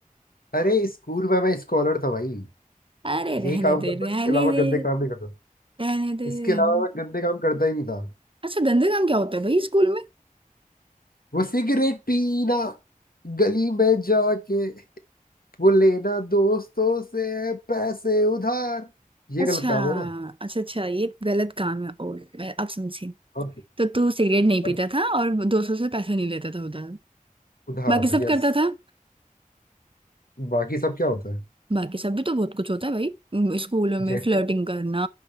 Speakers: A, on the left (about 80°); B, on the right (about 35°).
A: अरे स्कूल में मैं स्कॉलर था भाई
B: अरे
A: यही
B: रहने
A: काम
B: दे
A: करता
B: रहने
A: इसके अलावा
B: दे
A: गंदे काम नहीं करता
B: रहने दे
A: इसके
B: रहने
A: अलावा
B: दे
A: मैं गंदे काम करता ही नहीं था
B: अच्छा गंदे काम क्या होता है भाई स्कूल में
A: वो सिगरेट पीना गली में जाके वो लेना दोस्तों से पैसे उधार ये
B: अच्छा
A: गलत काम है ना
B: अच्छा अच्छा ये गलत काम है ओ मैं अब समझी
A: और,
B: तो तू सिगरेट नहीं पीता
A: और
B: था और दोस्तों से पैसे नहीं लेता था उधार
A: उधार
B: बाकी सब
A: यस
B: करता था
A: बाकी सब क्या होता है
B: बाकी सब भी तो बहुत कुछ होता है भाई उम, स्कूलों में
A: जैसे
B: फ्लर्टिंग करना